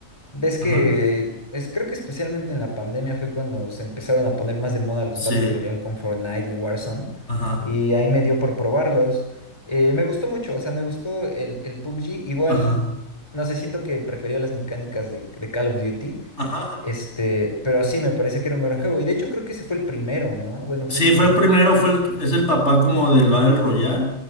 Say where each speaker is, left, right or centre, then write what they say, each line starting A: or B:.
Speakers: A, on the left (about 20°); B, on the left (about 55°).
A: Ves que
B: Ajá.
A: es, creo que especialmente en la pandemia fue cuando se empezaron a poner más de moda los
B: Sí.
A: Battle Royale con Fortnite y Warzone.
B: Ajá.
A: Y ahí me dio por probarlos. Eh, me gustó mucho, o sea, me gustó el, el PUBG. Igual
B: Ajá.
A: No sé, siento que prefería las mecánicas de, de Call of Duty.
B: Ajá.
A: Este, pero sí, me parece que era un gran juego. Y de hecho creo que ese fue el primero, ¿no? Bueno,
B: Sí,
A: fue el que...
B: fue primero, fue el- es el papá como del Battle Royale.